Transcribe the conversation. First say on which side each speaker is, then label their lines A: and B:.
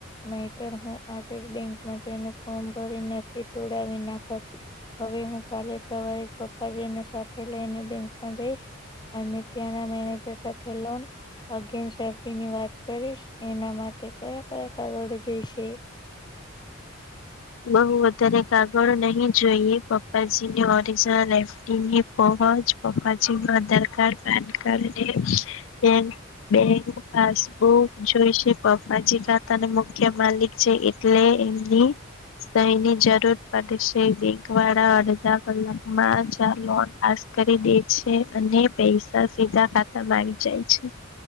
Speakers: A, on the left; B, on the left.
A: નહીતર હું આજે જ બેંકમાં જઈને ફોર્મ ભરીને એફ ડી તોડાવી નાખત. હવે હું કાલે સવારે જ પપ્પાજીને સાથે લઈને બેંકમાં જઈશ. અને ત્યાંના મેનેજર સાથે લોન અગેન્ સેફ્ટીની વાત કરીશ ને એના માટે કયા કયા કાગળો જોઈશે?
B: બહુ વધારે કાગળ નહી જોઈએ પપ્પાજીને ઓરિજનલ એફ ડીની ફોમજ પપ્પાજીનું આધાર કાર્ડ, પાન કાર્ડ અને બેંક બેંક પાસબુક જોઈશે પપ્પાજી ખાતાના મુખ્ય માલિક છે એ એટલે એમની સહીની જરૂર પડશે બેંકવાળા અડધા કલાકમાં જ આ લોન પાસ કરી દે છે અને પૈસા સીધા ખાતામાં આવી જાય છે.